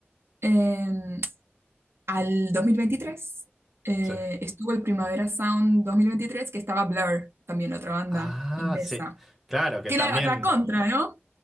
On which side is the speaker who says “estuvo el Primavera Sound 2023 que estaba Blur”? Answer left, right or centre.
Right